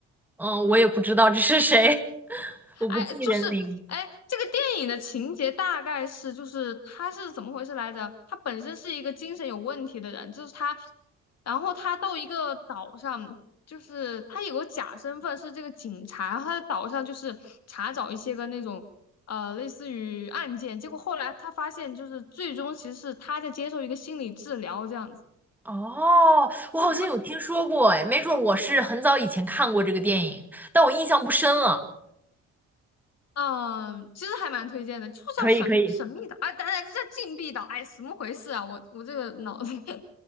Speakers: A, in the centre; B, on the left.
A: 嗯，我也不知道这是谁，我不记人名。
B: 哎，就是哎，这个电影的情节大概是，就是他是怎么回事来着？他本身是一个精神有问题的人，就是他，然后他到一个岛上，就是他有个假身份是这个警察，然后他在岛上就是查找一些个那种呃类似于案件，结果后来他发现，就是最终其实是他在接受一个心理治疗这样子。
A: 哦，我好像有听说过，
B: 呃
A: 哎，没准儿我是很早以前看过这个电影，但我印象不深了。
B: 嗯，其实还蛮推荐的，就叫神神秘岛，
A: 可以可以。
B: 哎，等等，这叫禁闭岛，哎，什么回事啊？我我这个脑子 <laughs>